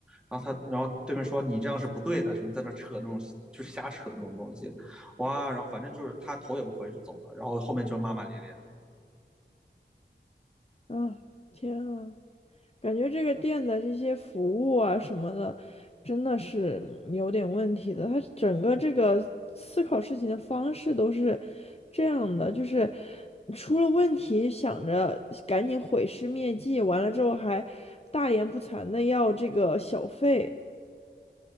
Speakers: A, in the centre; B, on the left (about 35°).
A: 然后他，然后对面说你这样是不对的，什么在那扯那种就是瞎扯那种东西，哇，然后反正就是他头也不回就走了，然后后面就骂骂咧咧的
B: 啊，天啊，感觉这个店的这些服务啊什么的，真的是嗯有点问题的。它整个这个思考事情的方式都是这样的，就是出了问题想着赶紧毁尸灭迹，完了之后还大言不惭的要这个小费。